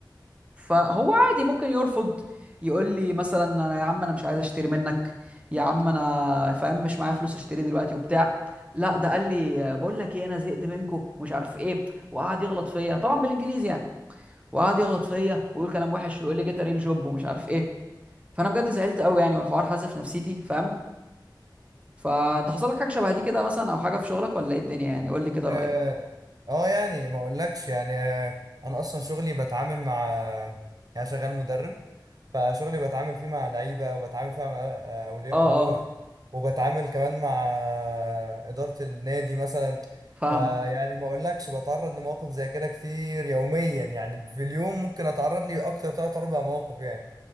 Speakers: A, on the right (about 15°); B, on the right (about 55°).
A: فهو عادي ممكن يرفض يقول لي مثلا انا يا عم انا مش عايز اشتري منك يا عم انا فاهم مش معايا فلوس اشتري دلوقتي وبتاع لا ده قال لي بقول لك ايه انا زهقت منكم ومش عارف ايه وقعد يغلط فيا طبعا بالانجليزي يعني وقعد يغلط فيا ويقول كلام وحش ويقول لي جيت ريل جوب ومش عارف ايه فانا بجد زعلت قوي يعني والحوار حازف نفسيتي فاهم فانت حصل لك حاجه شبه دي كده مثلا او حاجه في شغلك ولا ايه الدنيا يعني قول لي كده
B: اه,
A: رايك
B: آه يعني ما اقولكش يعني آه انا اصلا شغلي بتعامل مع يعني شغال مدرب فشغلي بتعامل فيه مع لعيبه وبتعامل فيه مع آه، اولياء
A: اه
B: امور
A: اه
B: وبتعامل كمان مع آه، اداره النادي مثلا
A: فاهمك
B: فيعني ما اقولكش بتعرض لمواقف زي كده كتير يوميا يعني في اليوم ممكن اتعرض لي اكتر تلات اربع مواقف يعني